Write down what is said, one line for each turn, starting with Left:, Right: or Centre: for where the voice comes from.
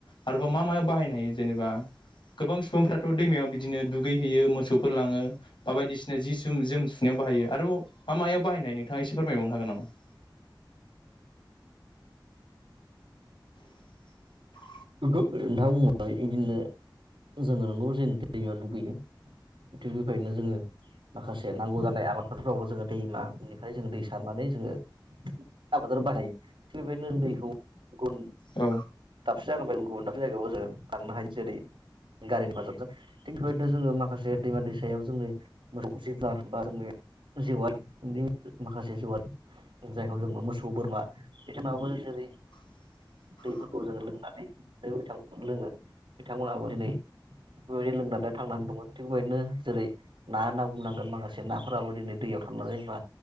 Left: आरोबाव मा मायाव बाहायनो हायो जेनेबा गोबां सुबुंफ्राथ' दैमायाव बिदिनो दुगै हैैयो मोसौफोर लाङो बा बायदिसिना जि ज जोम सुनायाव बाहायो आरोबाव मा मायाव बाहायनाय नोंथाङा एसे फोरमायबावनो हागोन नामा <inaudible> <inaudible>
Right: नोंथांङ बिदिनो जोङो नंगौ जे दैमायाव दुगैयो <unintelligible> थिग बेबायनो जोङो माखासे नांगौ जानाय आबादफोरावबो जोङो दैमानिफ्राय जो दै सारनानै जोङो बाहायो थिग बेबायदिनो दैखौ गुन
Left: औ
Right: दाबसे जागा गुबुन दाबसे जायगायावबो जोंङो थांनो हायो जेरै गारि हेफाजाबजों थिग बेबायदिनो जोङो माखासे दैमा दै सायाव जोंनि मोसौ जिबुनार बा जोंनि जिवादनि माखासे जिवाद जाय जों मोसौ बोरमा बिथाङाबो ज दै
Left: <inaudible>
Right: दैफोरखौ जोङो लोंनानै बिथांमोना लोङो बिथांमोनाबो दिनै बेबायदि लोंनानै थांनानै दङ थिग बेबायदिनो जेरै ना होनना बुंनांगोन माखासे नाफोराबो दिनै दैयाव थायो। थांनानै बा